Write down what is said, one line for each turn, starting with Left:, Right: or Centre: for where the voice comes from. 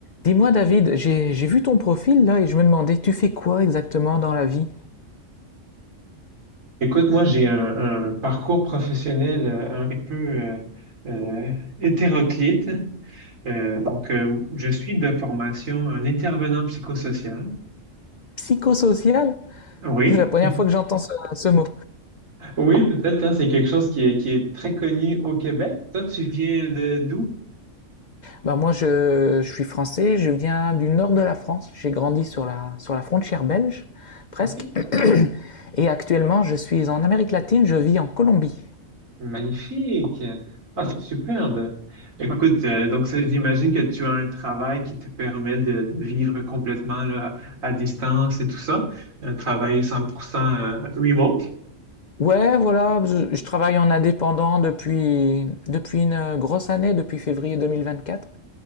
Left: Dis-moi David, j'ai j'ai vu ton profil là et je me demandais, tu fais quoi exactement dans la vie?
Right: Écoute, moi, j'ai un, un parcours professionnel euh, un peu euh, euh, hétéroclite. Euh, donc, euh, je suis de formation un intervenant psychosocial.
Left: Psychosocial?
Right: Oui,
Left: C'est la première fois que j'entends ce, ce mot.
Right: oui, peut-être, hein, c'est quelque chose qui est, qui est très connu au Québec. Toi, tu viens de d'où?
Left: Bah moi je, je suis français, je viens du nord de la France, j'ai grandi sur la, sur la frontière belge, presque,
Right: OK, ouais.
Left: et actuellement je suis en Amérique latine, je vis en Colombie.
Right: Magnifique. Ah, c'est superbe. Écoute, euh, donc ça, j'imagine que tu as un travail qui te permet de, de vivre complètement là, à distance et tout ça. Un travail 100% remote.
Left: Ouais, voilà, je, je travaille en indépendant depuis, depuis une grosse année, depuis février 2024.